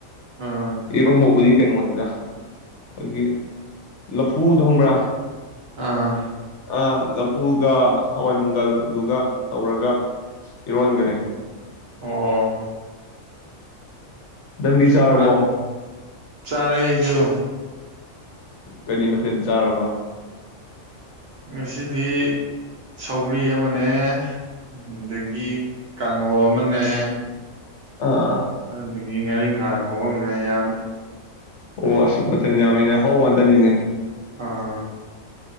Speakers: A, on the right; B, on the left.
A: ꯑꯥ
B: ꯏꯔꯣꯝꯕꯥꯕꯨꯗꯤ ꯀꯩꯅꯣꯅꯤꯗ ꯑꯩꯈꯣꯏꯒꯤ ꯂꯐꯨꯗꯣ ꯈꯪꯕ꯭ꯔꯥ
A: ꯑꯥ
B: ꯑ ꯂꯐꯨꯒ ꯍꯋꯥꯏ ꯃꯪꯒꯜꯗꯨꯒ ꯇꯧꯔꯒ ꯏꯔꯣꯟꯒꯥꯔꯦ
A: ꯑꯣ
B: ꯅꯪꯗꯤ ꯆꯥꯔꯕꯣ
A: ꯀꯅꯥ ꯆꯔꯦ ꯑꯩꯖꯨ
B: ꯀꯔꯤ ꯃꯊꯦꯜ ꯆꯥꯔꯕ
A: ꯉꯁꯤ ꯗꯤ ꯁꯧꯒ꯭ꯔꯤ ꯑꯃꯅꯦ ꯑꯗꯒꯤ ꯀꯥꯡꯉꯧ ꯑꯃꯅꯦ
B: ꯑꯥ
A: ꯑꯗꯒꯤ ꯉꯥꯔꯤꯡꯈꯥ ꯉꯧꯕ ꯑꯃꯅꯦ ꯌꯥꯝꯃꯦ
B: ꯑꯣ ꯑꯁ ꯃꯊꯦꯟ ꯌꯥꯝꯃꯤꯅꯦ ꯑꯍꯥꯎꯕ ꯉꯥꯛꯇꯅꯤꯅꯦ
A: ꯑꯥ